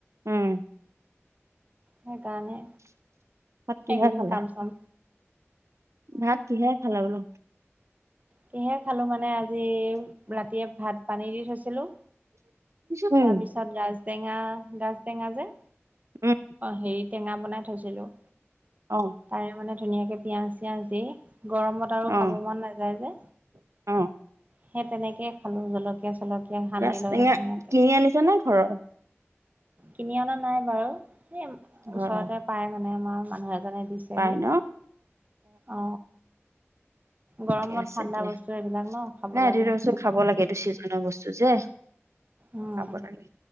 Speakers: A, on the right; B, on the right.
A: উম
B: সেইকাৰণে
A: ভাত কিহে
B: এইকেইদিন
A: খালা
B: কাম চাম
A: ভাত কিহে খালা বোলো?
B: কিহে খালো মানে আজি, ৰাতিয়ে ভাত পানী দি থৈছিলো
A: উম
B: তাৰ পিছ <unintelligible> গাজটেঙা গাজটেঙা যে
A: উম
B: হেৰি টেঙা বনাই থৈছিলো।
A: অ',
B: তাৰে মানে ধুনীয়াকে পিয়াঁজ চিয়াজ দি, গৰমত আৰু
A: অ
B: খাব মন নাযায় যে।
A: অ
B: সেই তেনেকে খালো জলকী চকীয়া চলকীয় সানি
A: গাছ
B: লৈ
A: টেঙা
B: ধুনীয়াকে
A: কিনি আনিছা নে ঘৰৰ
B: কিনি অনা নাই বাৰু স
A: ঘৰৰ
B: ওচৰতে পাই মানে আমাৰ মানুহে জানে দিছেহি
A: পাই ন
B: অ গৰমত
A: ঠিকে আছে
B: ঠাণ্ডা
A: দিয়া
B: বস্তু এইবিলাক ন খাব
A: নাই
B: লাগে
A: এইটো খাব লাগে এইটো চিজনৰ বস্তু যে
B: উম
A: খাব লাগে